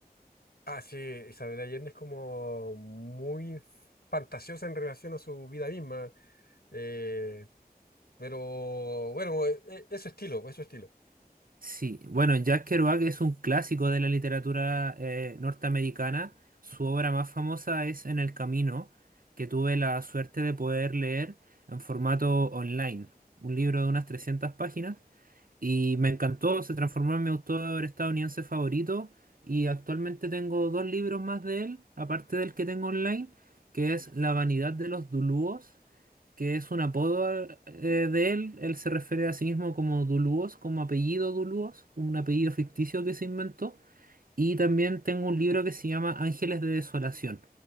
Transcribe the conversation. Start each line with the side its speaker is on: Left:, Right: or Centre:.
Left: Ah, sí, Isabel Allende es como muy fantasiosa en relación a su vida misma. Eh, pero bueno, eh, eh, es su estilo, es su estilo.
Right: Sí, bueno, Jack Kerouac es un clásico de la literatura eh, norteamericana. Su obra más famosa es En el Camino, que tuve la suerte de poder leer en formato online, un libro de unas 300 páginas, y me encantó, se transformó en mi autor estadounidense favorito, y actualmente tengo dos libros más de él, aparte del que tengo online, que es La vanidad de los Dulúos que es un apodo eh, de él. Él se refiere a sí mismo como Dulúos, como apellido Dulúos, un apellido ficticio que se inventó. Y también tengo un libro que se llama Ángeles de Desolación.